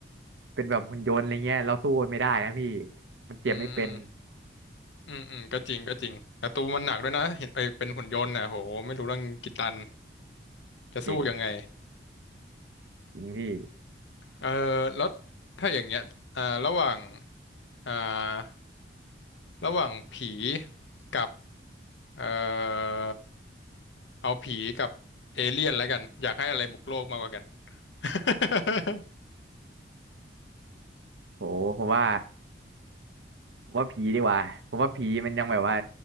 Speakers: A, on the right; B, on the left.
A: เป็นแบบหุ่นยนต์อะไรเงี้ยเราสู้ไม่ได้นะพี่มันเจ็บไม่เป็น
B: อืม อืมอืมก็จริงก็จริงแต่ตัวมันหนักด้วยนะเห็นไอเป็นหุ่นยนต์นะโหไม่รู้เรื่องกี่ตันจะสู้ยังไง
A: จริงจริงพี่
B: เออแล้วถ้าอย่างเงี้ยอ่าระหว่างอ่าระหว่างผีกับเอ่อเอาผีกับเอเลี่ยนแล้วกันอยากให้อะไรบุกโลกมากกว่ากัน <laughs>
A: โหผมว่า ผมว่าผีดีกว่าผมว่าผีมันยังแบบว่า